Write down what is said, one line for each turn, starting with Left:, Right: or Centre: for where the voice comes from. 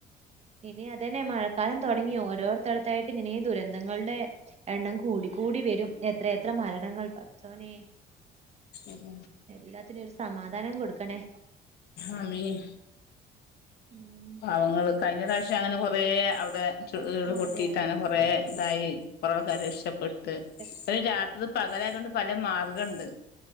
Right: ഇനി അതന്നെ മഴക്കാലം തുടങ്ങി ഓരോരുത്തടത്തായിട്ട് ഇനി ദുരന്തങ്ങളുടെ, എണ്ണം കൂടി കൂടി വരും. എത്രയത്ര മരണങ്ങൾ പട്ച്ചോനെ.
Left: ഉം.
Right: എല്ലാത്തിനും ഒരു സമാധാനം കൊടുക്കണേ.
Left: ആമീൻ.
Right: ഉം.
Left: പാവങ്ങള് കഴിഞ്ഞ പ്രാവശ്യം അങ്ങനെ കുറേ അവിടെ ചു ഉരുൾപൊട്ടിട്ട
Right: ആ അതെ അതെ
Left: അങ്ങനെ കുറേ ഇതായി. കുറെ ആൾക്കാര് രക്ഷപ്പെട്ട്.
Right: രക്ഷ
Left: രാത്രി ഇത് പകലായത് കൊണ്ട് പല മാർഗ്ഗണ്ട്.